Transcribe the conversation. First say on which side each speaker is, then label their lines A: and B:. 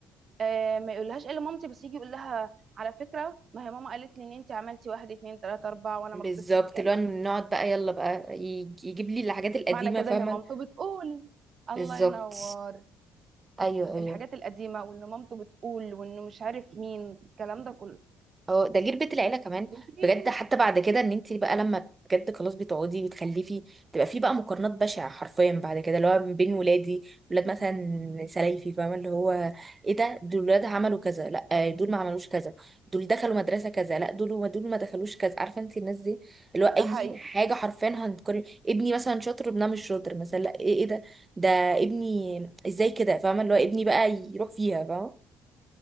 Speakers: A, on the right; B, on the right.
A: آه ما يقولهاش الا مامتي بس يجي يقول لها على فكره ما هي ماما قالت لي ان انت عملتي واحد اتنين تلاته اربعه وانا
B: بالظبط
A: ما رضيتش اتكلم
B: اللي هو نقعد بقى يلا بقى يج- يجيب لي الحاجات القديمه
A: معنى كده
B: فاهمه
A: ان مامته بتقول الله
B: بالظبط
A: ينور
B: ايوه ايوه
A: الحاجات القديمه وان مامته بتقول وانه مش عارف مين الكلام ده كله
B: اه ده غير بيت العيله كمان
A: وفين
B: بجد حتى بعد كده ان انت بقى لما بجد خلاص بتقعدي وتخلفي تبقى في بقى مقارنات بشعه حرفيا بعد كده اللي هو بين ولادي ولاد مثلا سلايفي فاهمه اللي هو ايه ده دول ولاد عملوا كذا لا دول ما عملوش كذا دول دخلوا مدرسه كذا لا دول ما دول ما دخلوش كذا عارفه انت الناس دي اللي هو اي
A: ده حقيقي
B: حاجه حرفيا هنقارن ابني مثلا شاطر ابنها مش شاطر مثلا لا ايه ايه ده ده ابني ازاي كده فاهمه اللي هو ابني بقى يروح فيها فاهمه